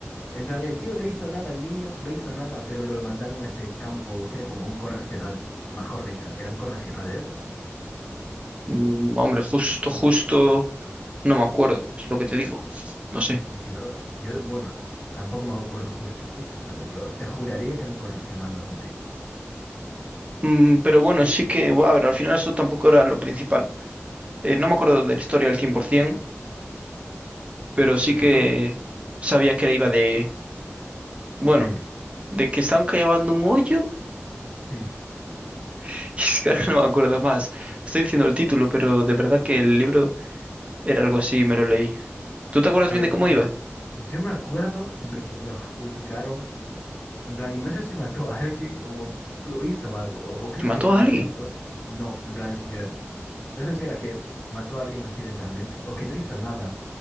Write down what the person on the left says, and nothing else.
En plan, el tío no hizo nada, el niño no hizo nada, pero lo mandaron a ese campo que era como un correccional, mejor dicho, era un correccional eso.
Yo, yo, bueno, tampoco me acuerdo justo, justo, pero yo te juraría que era un correccional o algo así.
Yo,
sí.
Hmm.
A
ver,
mira,
yo me acuerdo de que lo juzgaron, en plan, no sé si mató a alguien o, o hizo algo, o, o creo
que molestó.
No, en plan, sin querer. No sé si era que mató a alguien accidentalmente o que no hizo nada,